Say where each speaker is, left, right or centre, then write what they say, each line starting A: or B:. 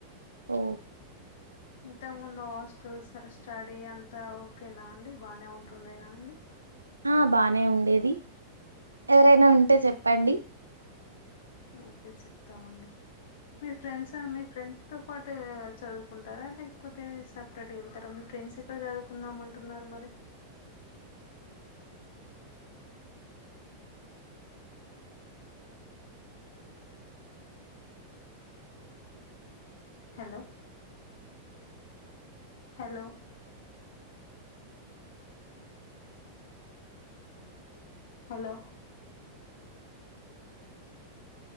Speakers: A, on the right; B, on the left.
A: ఓ
B: ఇంతకు ముందు ఓస్టల్స్ స్టడీ అంతా ఓకేనా అండి, బానే ఉంటుండేనా అండి.
A: ఆ బానే ఉండేది, ఎవరైనా ఉంటే చెప్పండి.
B: ఓకే చెప్తామండి. మీ ఫ్రెండ్ సా, మీ ఫ్రెండ్. తో పాటే చదువుకుంటారా, లేకపోతే సప్రరేటుగా ఏళ్తారా. మీ ఫ్రెండ్స్ ఎక్కడ చదువుకుందాం అంటున్నారు. మరి
A: అ
B: హలో హలో హలో